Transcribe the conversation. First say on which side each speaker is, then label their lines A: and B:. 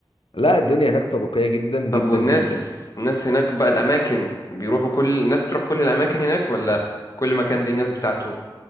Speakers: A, on the left; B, on the left.
A: لا الدنيا هناك طبقية جدا جدا
B: طب والناس
A: جدا
B: الناس هناك بقى الأماكن بيروحوا كل الناس بتروح كل الأماكن هناك ولا كل مكان ليه الناس بتاعته